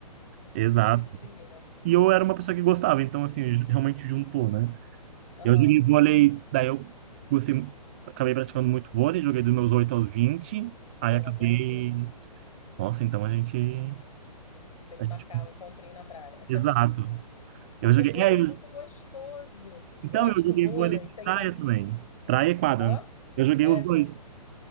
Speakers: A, on the right; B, on the left.
A: exato.
B: se divertia, né?
A: E eu era uma pessoa que gostava, então assim, ju- realmente juntou, né?
B: Aham.
A: Eu joguei vôlei, daí eu gostei, acabei praticando muito vôlei, joguei dos meus 8 aos 20, aí
B: Ah, eu
A: acabei.
B: adoro vôlei.
A: Nossa, então a gente.
B: Tem
A: A
B: que
A: gente...
B: marcar um encontrinho na praia.
A: Exato.
B: <laughs> Porque
A: Eu joguei.
B: vôlei
A: É, eu...
B: é muito gostoso.
A: Então
B: Eu acho
A: eu joguei
B: que o vôlei
A: vôlei de
B: tem
A: praia
B: uma...
A: também. Praia e quadra.
B: Hã?
A: né? Eu joguei
B: É,
A: os dois.
B: sim.